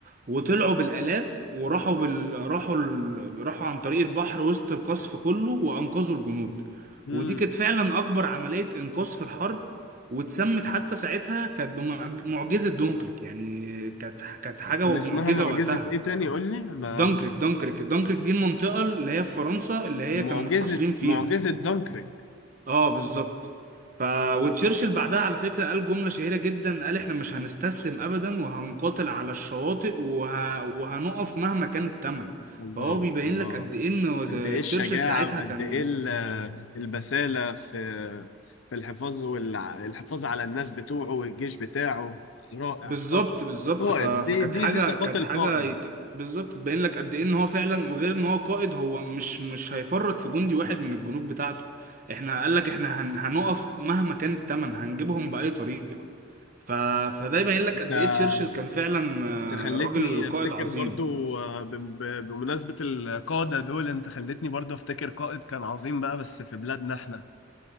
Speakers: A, on the right (about 45°); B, on the left (about 80°).
A: وطلعوا بالآلاف وراحوا بال... راحوا ال... راحوا عن طريق البحر وسط القصف كله وأنقذوا الجنود
B: مم.
A: ودي كانت فعلا أكبر عملية إنقاذ في الحرب واتسمت حتى ساعتها كانت بمعجزة دونكرك يعني كانت كانت حاجة
B: كان اسمها
A: معجزة
B: معجزة
A: وقتها
B: ايه تاني قول لي ما
A: دانكريك دانكريك دانكريك دي المنطقة اللي هي في فرنسا اللي هي
B: معجزة
A: كانوا متحاصرين فيها
B: معجزة دانكريك
A: اه بالظبط ف وتشرشل بعدها على فكرة قال جملة شهيرة جدا قال احنا مش هنستسلم ابدا وهنقاتل على الشواطئ وه... وهنقف مهما كان الثمن
B: الله
A: فهو بيبين
B: الله
A: لك قد ايه ان وز-
B: قد ايه الشجاعة
A: تشرشل ساعتها
B: وقد
A: كان
B: ايه ال- البسالة في في الحفاظ والحفاظ على الناس بتوعه والجيش بتاعه رائع
A: بالظبط
B: قائد
A: بالظبط
B: قائد
A: ف... فكانت
B: دي دي
A: حاجه
B: دي صفات
A: كانت
B: القائد
A: حاجه يت- بالظبط تبين لك قد ايه ان هو فعلا وغير ان هو قائد هو مش مش هيفرط في جندي واحد من الجنود بتاعته احنا قال لك احنا هن... هنقف مهما كان الثمن هنجيبهم باي طريقه ف... فده يبين لك
B: انت
A: قد ايه تشرشل كان فعلا
B: انت خلتني
A: آه، راجل قائد
B: افتكر
A: عظيم
B: برضو آه، ب- ب- بمناسبة القادة دول انت خلتني برضو افتكر قائد كان عظيم بقى بس في بلادنا احنا